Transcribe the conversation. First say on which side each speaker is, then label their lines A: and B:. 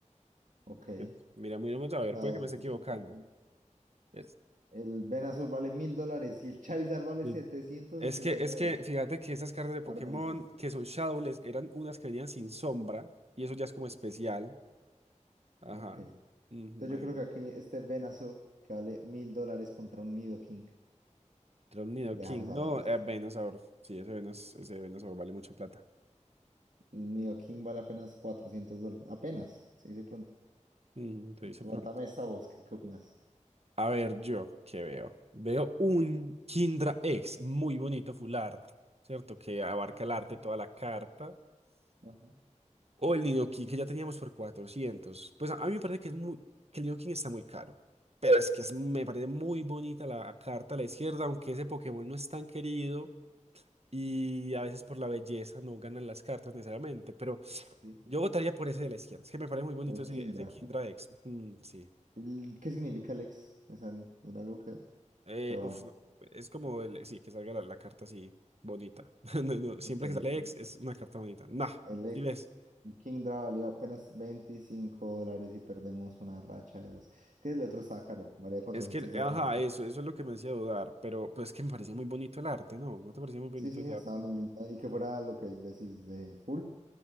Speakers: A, on the right; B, on the right.
A: ok.
B: Que no sé. Mira, miramos a ver,
A: Shadow
B: puede que me
A: Wheels,
B: esté equivocando.
A: ok, bueno.
B: Es,
A: El Venusaur vale mil dólares y el Charizard vale
B: sí.
A: 789.
B: Es que, es que, fíjate que esas cartas de Pokémon
A: Par de bestias.
B: que son Shadowless eran unas que venían sin sombra, y eso ya es como especial. Ajá.
A: Ok. Entonces
B: Ujú, imagínate.
A: yo creo que aquí este Venusaur que vale mil dólares contra un Nidoking.
B: nido
A: Dejamos
B: King.
A: a
B: No,
A: Venusaur.
B: eh, Venusaur. Sí, ese Venus, ese Venusaur vale mucha plata.
A: El Nidoking vale apenas 400 dólares. Apenas. Sí, sí, pronto.
B: Mm, te dice
A: Pregúntame
B: pronto.
A: esta voz, ¿qué, qué opinas?
B: A ver, yo, ¿qué veo? Veo un Kindra X muy bonito, full art, ¿cierto? Que abarca el arte,
A: Ujú,
B: toda la carta.
A: ajá,
B: O el Nidoking que ya teníamos por cuatrocientos Pues a, a mí me parece que es muy, que el Nidoking está muy caro. Pero es que es- me parece muy bonita la carta a la izquierda, aunque ese Pokémon no es tan querido. Y a veces por la belleza no ganan las cartas necesariamente.
A: Sí.
B: Yo votaría por ese de la izquierda. Es que me parece muy bonito
A: El
B: ese,
A: Kingdra.
B: ese Kindra X. Mm, sí.
A: El- ¿Qué significa Lex? ¿Es al- es algo que...?
B: Eh,
A: Pero vamos.
B: uf, no, Es como el, sí, que salga la, la carta así bonita. <laughs> No, no, siempre
A: Ok,
B: que sale
A: ok.
B: X es una carta bonita. Nah,
A: El
B: ¿sí ves?
A: Kingdra valió apenas 25 dólares y perdemos una racha de dos. Es que el otro estaba caro, valía 400
B: Es que,
A: dólares.
B: ajá, eso, eso es lo que me hacía dudar. Pero pues es que me parecía muy bonito el arte, ¿no? ¿No te parecía muy bonito
A: Sí, sí,
B: ese
A: estaba
B: arte?
A: muy lindo. Y que fuera lo que decís de full,